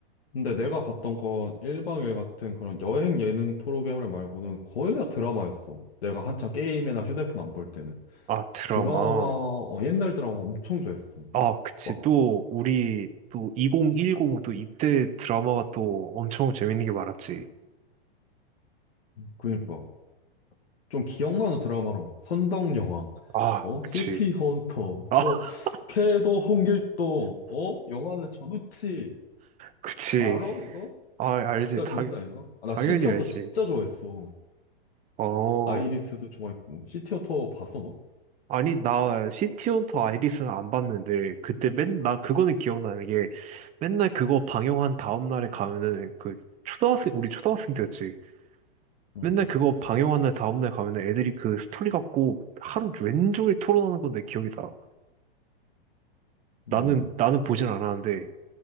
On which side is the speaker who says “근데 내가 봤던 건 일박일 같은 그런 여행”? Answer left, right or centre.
Left